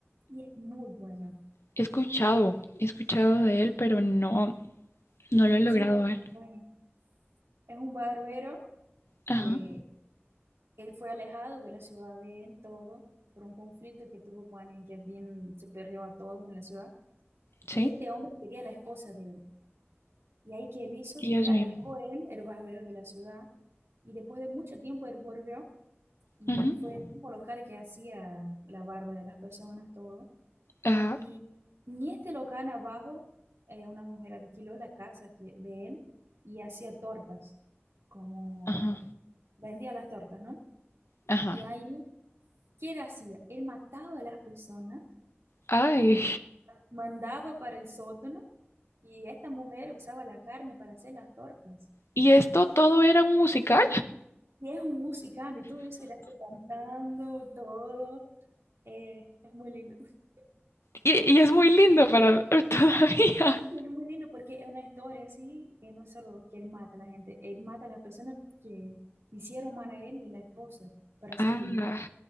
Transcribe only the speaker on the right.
y es muy bueno.
Sí, es
muy bueno. Es un barbero
que Él fue alejado de la ciudad de en todo por un conflicto que tuvo con alguien que es bien superior a todos en la ciudad.
Y este hombre quería la esposa de él. Y ahí que él hizo,
alejó
él, el barbero de la ciudad. Y después de mucho tiempo él volvió y
fue en un mismo local que hacía la barba de las personas, todo.
Y en este local abajo, eh, una mujer alquiló la casa que, de él y hacía tortas, como
vendía las tortas, ¿no?
Y ahí que él hacía? Él mataba a las personas,
mandaba para el sótano y esta mujer usaba la carne para hacer las tortas.
Y es un musical y todo eso, él hace cantando, todo. Eh, es muy lindo. <laughs>
Es muy lindo porque es una historia así, que no es solo que él mata a la gente, él mata a las personas que hicieron mal a él y a la esposa para ser
vengado.